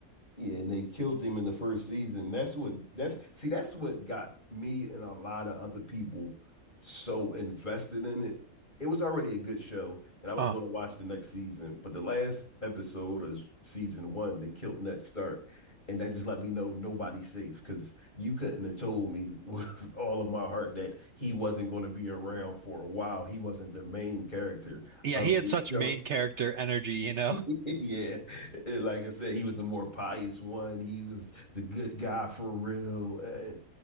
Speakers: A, on the left; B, on the right.
A: Yeah, and they killed him in the first season. That's what that's see, that's what got me and a lot of other people so invested in it. It was already a good show, and I was
B: Uh,
A: going to watch the next season, but the last episode of season one, they killed Ned Stark, and that just let me know nobody's safe because you couldn't have told me with <laughs> all of my heart that he wasn't going to be around for a while. He wasn't the main character
B: yeah,
A: of
B: he had
A: the
B: such
A: show.
B: main character energy, you know.
A: <laughs> Yeah, like I said, he was the more pious one. He was the good guy for real. And